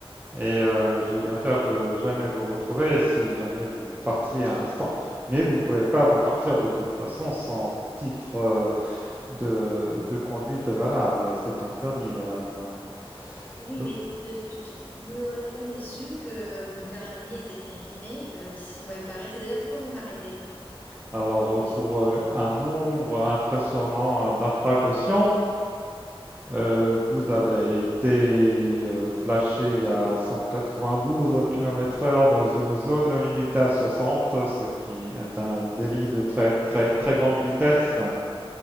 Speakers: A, on the right (about 20°); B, on the left (about 15°).
A: Et euh, j'ai bien peur que jamais vous retrouviez si jamais vous partiez à l'instant. Mais vous ne pouvez pas repartir de toute façon sans titre euh, de, de conduite valable. C'est interdit, madame.
B: Oui,
A: Donc
B: mais euh, tout- tout- vous n'auriez jamais su que mon permis était périmé euh, si vous m'avez pas arrêté. D'ailleurs, pourquoi vous m'arrêtez?
A: Alors, euh, pour
B: Je-
A: euh, un nombre impressionnant d'infractions, euh, vous avez été euh, flashé à 192 km/h dans une zone limitée à 60, ce qui est un délit de très très très grande vitesse.